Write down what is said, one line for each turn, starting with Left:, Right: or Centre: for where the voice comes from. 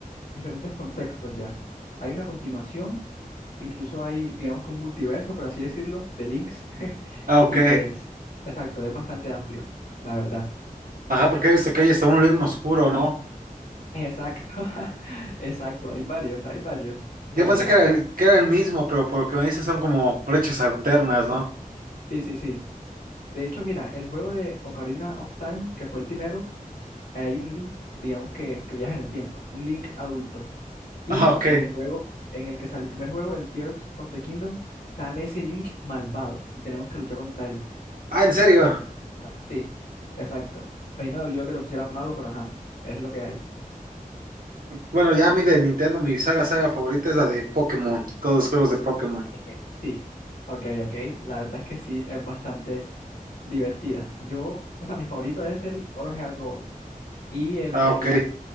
Left: diferentes contextos ya. Hay una continuación, incluso hay, digamos que un multiverso, por así decirlo, de links, <laughs>
Right: Ah, ok.
Left: y pues, exacto, es bastante amplio, la verdad.
Right: Ajá, porque he visto que hay hasta un ritmo oscuro, ¿no?
Left: Exacto, <laughs> exacto, hay varios, hay varios, la
Right: Yo
Left: verdad.
Right: pensé que era el, que era el mismo, pero por lo que me dices son como brechas alternas, ¿no?
Left: Sí, sí, sí. De hecho, mira, el juego de Ocarina of Time, que fue el primero, ahí hay un link, digamos que, que viaja en el tiempo, un link adulto. Y
Right: Ah, ok.
Left: en el juego, en el que sale el primer juego, el Tears of the Kingdom, sale ese link malvado y tenemos que luchar contra él.
Right: Ah, ¿en serio?
Left: Ah, Sí, exacto. A mí me dolió que lo pusieran malo, pero ajá, es lo que hay.
Right: Bueno, ya a mí de Nintendo, mi saga saga favorita es la de Pokémon, todos los juegos de Pokémon.
Left: Eh, sí, ok, ok. La verdad es que sí, es bastante divertida. Yo, o sea, mi favorito es el Oro Real Gold y el
Right: Ah,
Left: Zafiro.
Right: ok.